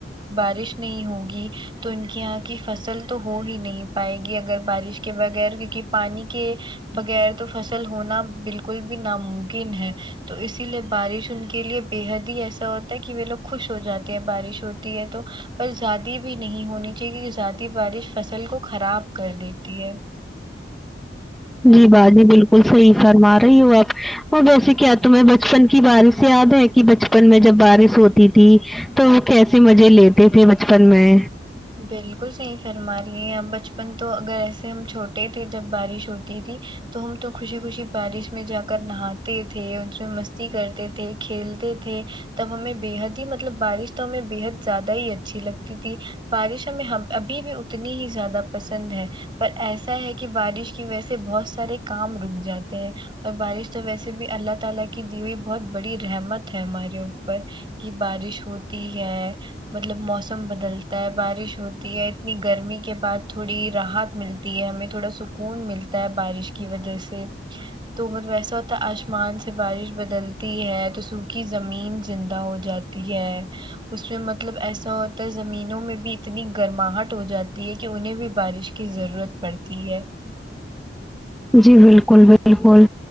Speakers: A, on the right; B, in the centre.
A: بارش نہیں ہوگی تو ان کے یہاں کی فصل تو ہو ہی نہیں پائے گی اگر بارش کے بغیر کیونکہ پانی کے بغیر تو فصل ہونا بالکل بھی نا ممکن ہے تو اسی لیے بارش ان کے لیے بے حد ہی ایسا ہوتا ہے کہ وہ لوگ خوش ہو جاتے ہیں بارش ہوتی ہے تو پر زیادی بھی نہیں ہونی چاہیے کیونکہ زیادی بارش فصل کو خراب کر دیتی ہے
B: جی باجی بالکل صحیح فرما رہی ہو آپ اور ویسے کیا تمہیں بچپن کی بارشیں یاد ہے کہ بچپن میں جب بارش ہوتی تھی تو وہ کیسے مزے لیتے تھے بچپن میں
A: بالکل صحیح فرما رہی ہیں آپ بچپن تو اگر ایسے ہم چھوٹے تھے جب بارش ہوتی تھی تو ہم تو خوشی خوشی بارش میں جا کر نہاتے تھے اس میں مستی کرتے تھے کھیلتے تھے تب ہمیں بےحد ہی مطلب بارش تو ہمیں بےحد زیادہ ہی اچھی لگتی تھی بارش ہمیں ابھی بھی اتنی ہی زیادہ پسند ہے پر ایسا ہے کہ بارش کی وجہ سے بہت سارے کام رک جاتے ہیں اور بارش تو ویسے بھی اللہ تعالی کی دی ہوئی بہت بڑی رحمت ہے ہمارے اوپر کہ بارش ہوتی ہے مطلب موسم بدل بارش ہوتی ہے اتنی گرمی کے بعد تھوڑی راحت ملتی ہے ہمیں تھوڑا سکون ملتا بارش کی وجہ سے تو مطلب ایسا ہوتا ہے آسمان سے بارش بدلتی ہے تو سوکھی زمین زندہ ہوجاتی ہے اس میں مطلب ایسا ہوتا ہے زمین میں بھی اتنی گرماہٹ ہو جاتی ہے کہ انہیں بھی بارش کی ضرورت پڑتی ہے
B: جی بالکل بالکل